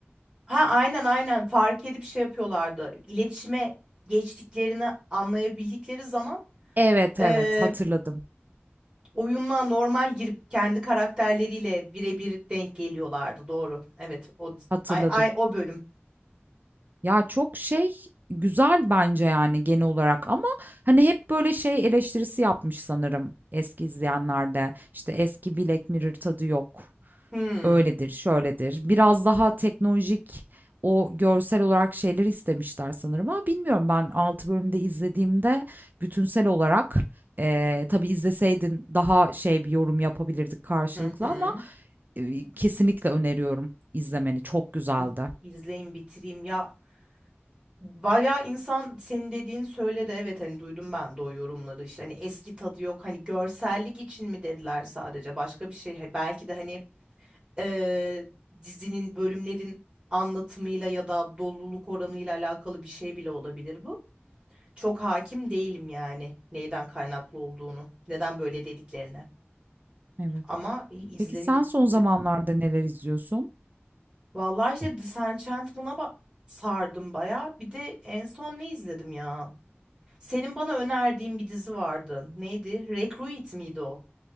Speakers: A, on the right (about 25°); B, on the right (about 45°).
A: Ha aynen aynen fark edip şey yapıyorlardı. İletişime geçtiklerini anlayabildikleri zaman
B: Evet
A: eee
B: evet hatırladım
A: oyunla normal girip kendi karakterleriyle birebir denk geliyorlardı. Doğru. Evet, o
B: hatırladım.
A: ay, ay o bölüm.
B: Ya çok şey güzel bence yani genel olarak ama hani hep böyle şey eleştirisi yapmış sanırım eski izleyenlerde. İşte eski Black Mirror tadı yok.
A: Hmm.
B: Öyledir, şöyledir. Biraz daha teknolojik o görsel olarak şeyleri istemişler sanırım ama bilmiyorum ben 6 bölümde izlediğimde bütünsel olarak eee tabii izleseydin daha şey bir yorum yapabilirdik karşılıklı
A: Hı hı.
B: ama e, kesinlikle öneriyorum izlemeni. Çok güzeldi.
A: İz- İzleyeyim bitireyim ya. Bayağı insan senin dediğin söyledi evet hani duydum ben de o yorumları işte hani eski tadı yok hani görsellik için mi dediler sadece başka bir şey Hani belki de hani eee, dizinin bölümlerin anlatımıyla ya da doluluk oranıyla alakalı bir şey bile olabilir bu. Çok hakim değilim yani neyden kaynaklı olduğunu neden böyle dediklerine
B: Evet.
A: ama i- izlenilir
B: Peki sen son zamanlarda neler izliyorsun?
A: Vallahi işte Disenchantment'a ba- sardım bayağı. Bir de en son ne izledim ya? Senin bana önerdiğin bir dizi vardı. Neydi? Recruit miydi o?